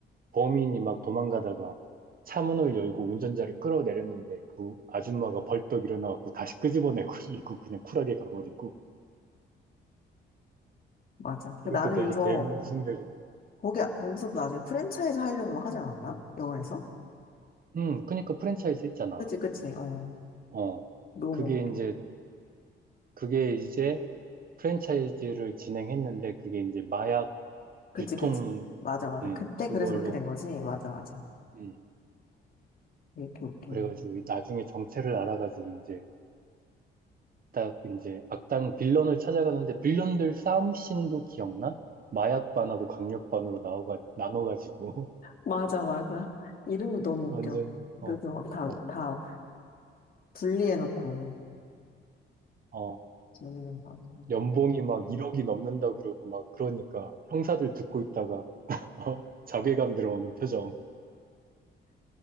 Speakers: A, on the right; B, on the left.
A: 범인이 막 도망가다가 차문을 열고 운전자를 끌어내렸는데 그 아줌마가 벌떡 일어나갖고 다시 끄집어내고 <laughs> 이고 그냥 쿨하게 가버리고
B: 맞아.
A: 그것도
B: 나는
A: 되게
B: 이거,
A: 재미 웃음 되고
B: 거기, 거기서 나중에 프랜차이즈 하려고 막 하지 않았나? 영화에서?
A: 음 그러니까 프랜차이즈 했잖아
B: 그치, 그치. 어,
A: 어
B: 너무
A: 그게
B: 웃겨.
A: 이제 그게 이제 프랜차이즈를 진행했는데 그게 이제 마약
B: 그치,
A: 유통
B: 그치. 맞아, 맞아.
A: 음
B: 그때
A: 그걸로
B: 그래서 그렇게 된 거지? 맞아, 맞아.
A: 음.
B: 왜 이렇게 웃기네.
A: 그래가지고 나중에 정체를 알아가지고 이제 딱 이제 악당 빌런을 찾아가는데 빌런들 싸움씬도 기억나? 마약 반하고 강력 반으로 나오가, 나눠가지고
B: 맞아, 맞아. 이름도 너무
A: <laughs> 완전
B: 웃겨.
A: 어,
B: 그래서 막 다,
A: 어,
B: 다 분리해놓고
A: 어,
B: 재밌는 것 같고.
A: 연봉이 막 1억이 넘는다 그러고 막 그러니까 형사들 듣고 있다가 <laughs> 어, 자괴감 들어오는 표정